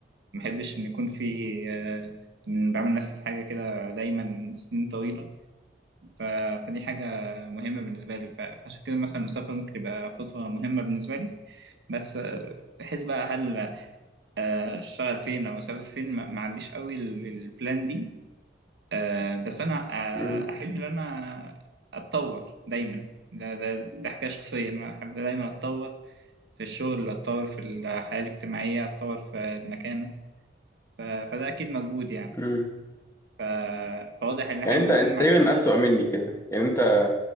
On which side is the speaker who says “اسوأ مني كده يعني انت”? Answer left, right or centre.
Left